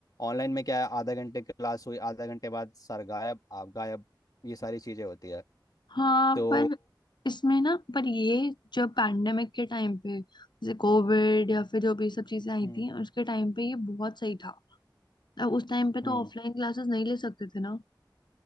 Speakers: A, on the left; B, on the left.
A: ऑनलाइन में क्या है आधा घंटे क्लास हुई आधा घंटे बाद सर गायब आप गायब ये सारी चीज़ें होती है
B: हाँ
A: तो
B: पर इसमें ना पर ये जब पैंडेमिक के टाइम पे जैसे कोविड या फिर जो भी सब चीजें आई
A: हम्म
B: थी उसके टाइम पे ये बहुत सही था अब उस टाइम पे तो
A: हम्म
B: ऑफलाइन क्लासेस नहीं ले सकते थे ना